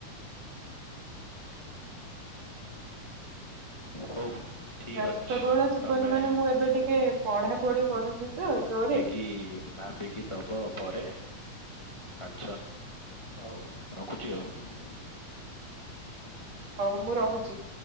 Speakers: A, on the right; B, on the left.
A: ହ
B: ହଉ। ଠିକ
A: ବ୍ୟସ୍ତବହୁଳ
B: ଅଛି
A: ଜୀବନ
B: ତମେ
A: ମାନେ, ମୁଁ ଏବେ ଟିକେ ପଢାପଢି କରୁଛି ତ ଜୋରେ।
B: କି ଭାବିକି ଦବ ପରେ ଆନ୍ସର, ହଉ ରଖୁଛି ଆଉ।
A: ହଉ ମୁଁ ରହୁଛି।